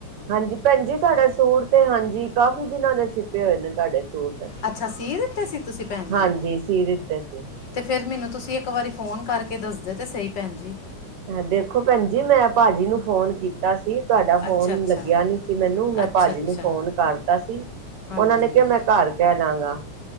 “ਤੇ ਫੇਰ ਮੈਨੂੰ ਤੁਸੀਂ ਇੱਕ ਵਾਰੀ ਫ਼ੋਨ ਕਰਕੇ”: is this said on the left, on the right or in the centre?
Left